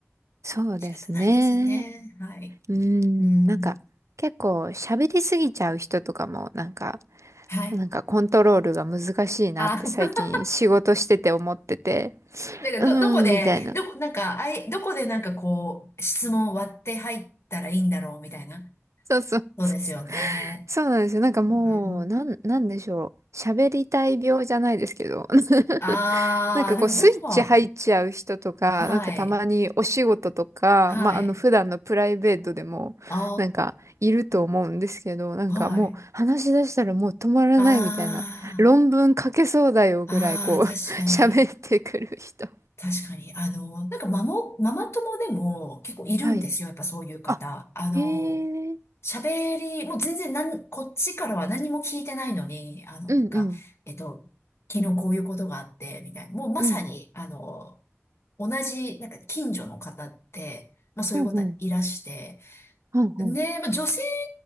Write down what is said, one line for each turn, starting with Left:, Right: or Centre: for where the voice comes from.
Right: そうですね。
Left: 仕方ないですね、はい。
Right: うーん、
Left: うん。
Right: なんか、結構喋りすぎちゃう人とかも、なんか、
Left: はい。
Right: なんかコントロールが難しいなって最近仕事してて思ってて、
Left: あ、<laughs> なんかど、
Right: うーん、
Left: どこで、
Right: みたいな。
Left: どこ、なんか、あい、どこでなんかこう、質問を割って入ったらいいんだろうみたいな。
Right: そうそう、
Left: そうですよね。
Right: そうそうそうなんですよ。なんかもう、
Left: うん。
Right: なん、なんでしょう。喋りたい病じゃないですけど。<laughs>
Left: ああ、
Right: なんかこうスイッチ入っちゃう人とか、
Left: でももう、はい、
Right: なんかたまにお仕事とか、
Left: はい。
Right: まああの普段のプライベートでもなんかいると思うんですけど、
Left: ああ、
Right: なんかもう話し出したらもう止まらないみたいな、
Left: はい。あ
Right: 論文書けそうだよぐらいこう
Left: あ、ああ、確かに、
Right: <laughs> 喋ってくる人。
Left: 確かに。あの、なんかママ、ママ友でも結構いるんですよ。
Right: はい。
Left: やっぱそういう方。
Right: あ、
Left: あの、
Right: へえ、
Left: 喋り、もう全然なん、こっちからは何も聞いてないのに、あの、
Right: うんうん、
Left: なんか、えっと、昨日こういうことがあって、みたいな。もうまさに、
Right: うん、
Left: あの、同じ、なんか近所の方って、まあそういう方いらして。
Right: うんうん、うんうん、
Left: ね、まあ女性に